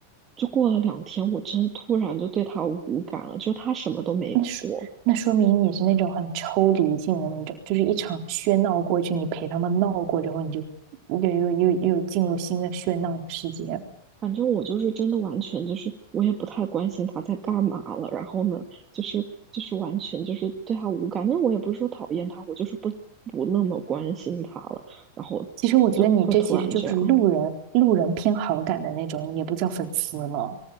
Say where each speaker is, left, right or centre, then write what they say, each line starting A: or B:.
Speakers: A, on the right (about 25°); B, on the right (about 45°).
A: 就过了两天，我真的突然就对她无感了，就是她什么都没做，
B: 那说那说明你是那种很抽离性的那种，就是一场喧闹过去，你陪他们闹过之后，你就又又又又进入新的喧闹的世界了。
A: 反正我就是真的完全就是我也不太关心他在干嘛了，然后呢，就是就是完全就是对他无感，但是我也不是说讨厌他，我就是不不那么关心他了，然后就会突然这样。
B: 其实我觉得你这其实就是路人路人偏好感的那种，也不叫粉丝了。